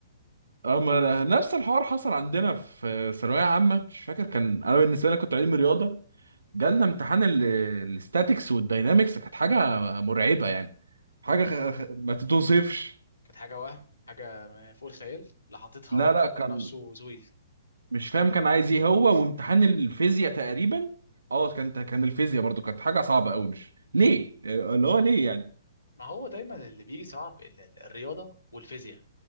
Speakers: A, on the right; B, on the left.
A: اما نفس الحوار حصل عندنا في ثانويه عامه مش فاكر كان انا بالنسبه لي كنت علمي رياضه جالنا امتحان الاستاتيكس والداينامكس كانت حاجه مرعبه يعني حاجه
B: كانت
A: خ- خ- ما تتوصفش
B: كانت حاجه وهم حاجه فوق الخيال اللي حاططها
A: لا
B: مفكر
A: لا كان
B: نفسه زويل
A: مش فاهم كان عايز ايه هو
B: <laughs>
A: وامتحان الفيزياء تقريبا اه كانت كان الفيزياء برضو كانت حاجه صعبه قوي مش ليه آه، اللي هو ليه يعني
B: ما هو دايما اللي بيجي صعب ال- ال- الرياضه والفيزياء